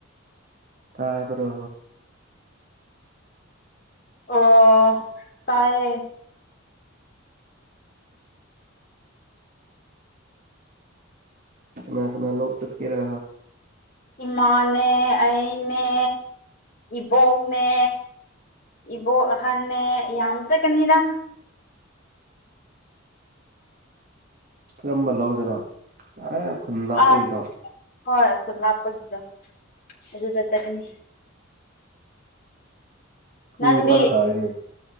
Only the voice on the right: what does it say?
ꯇꯥꯕ꯭ꯔꯣ
ꯀꯅꯥ ꯀꯅꯥ ꯂꯧ ꯆꯠꯀꯦꯔꯥ
ꯀꯔꯝꯕ ꯂꯧꯗꯨꯔꯣ ꯑꯦ ꯈꯨꯟ ꯂꯥꯞꯄꯒꯤꯗꯣ
ꯄꯨꯡ
ꯅꯤꯄꯥꯟ ꯇꯥꯔꯦꯅꯦ